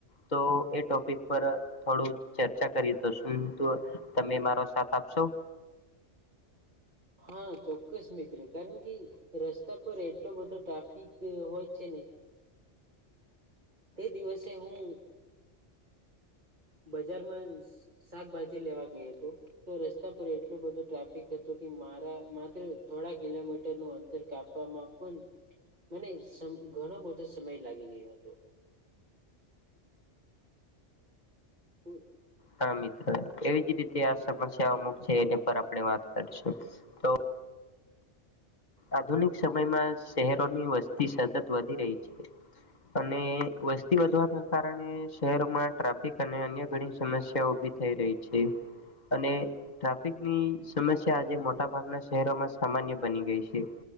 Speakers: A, on the left; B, on the right.
A: તો એ ટોપિક પર થોડું ચર્ચા કરીશું. તો શું તમે મારો સાથ આપશો?
B: હા ચોક્કસ મિત્ર કારણ કે રસ્તા પર એટલો બધો ટ્રાફિક હોય. છે ને એ દિવસે હું. બજારમાં શા શાકભાજી લેવા ગયો તો રસ્તા પર એટલું બધું ટ્રાફિક હતું. મારા માત્ર થોડા કિલોમીટરનું અંતર કાપવામાં પણ મને સં ઘણો બધો સમય લાગી ગયો હતો. હમ્મ.
A: હા મિત્ર એવી જ રીતે આ સમસ <unintelligible> અમુક છે એને પર આપડે વાત કરીશું. તો આધુનિક સમયમાં શહેરોની વસ્તી સતત વધી રહી છે. અને વસ્તી વધવાના કારણે શહેરોમાં ટ્રાફિક અને અન્ય ઘણી સમસ્યાઓ ઊ ભી થઈ રહી છે. અને ટ્રાફિકની સમસ્યા આજે મોટા ભાગના શહેરોમાં સામાન્ય બની ગઈ છે. છે.